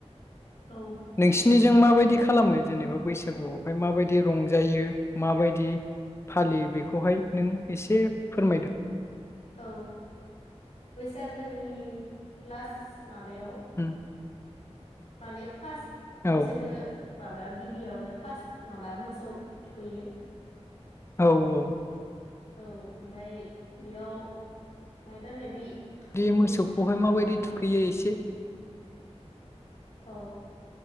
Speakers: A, on the left (about 70°); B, on the left (about 25°).
A: औ
B: नोंसिनिजों माबायदि खालामो? जेनेबा बैसागुआवहाय माबाय दि रंजायो माबायदि फालियो बेखौहाय नों एसे फोरमायदो।
A: औ बैसागोनि लास्ट माबायाव
B: उम।
A: माने फास्थ
B: औ
A: बैसागो माबा गिबियावनो फास्ट माबा मोसौ थुखैयो
B: औ औ
A: औ ओमफाय बेयाव मायबा मायबि
B: बे मोसौखौहाय
A: बुस माबा
B: माबायदि
A: खाङो
B: थुखैयो एसे
A: औ